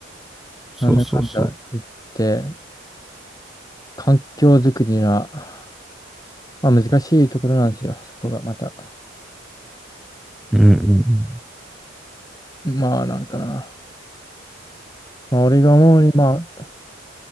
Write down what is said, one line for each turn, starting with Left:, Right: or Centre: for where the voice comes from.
Centre: そうそうそう。
Left: なんだかんだ言って、環境づくりは、まあ難しいところなんですよ、そこがまた。
Centre: うんうんうん。
Left: まあ、なんかな。まあ、俺が思うに、まあ、